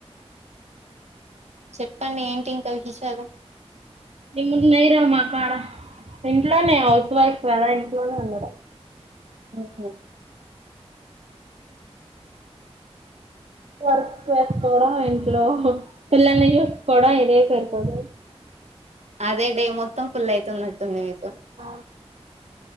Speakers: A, on the right (about 85°); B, on the right (about 70°).
A: చెప్పండి ఏంటి ఇంకా విశేషాలు
B: నిమ్ ఉన్నాయి రా మాకాడ ఇంట్లోనే హౌస్ వైఫ్ కదా ఇంట్లోనే ఉండ
A: ఉహు
B: వర్క్ చేసుకోవడం ఇంట్లో పిల్లల్ని చూసుకోవడం ఇదే సరుపోదు
A: అదే డే మొత్తం ఫుల్ అవుతున్నట్టుంది మీరు
B: అ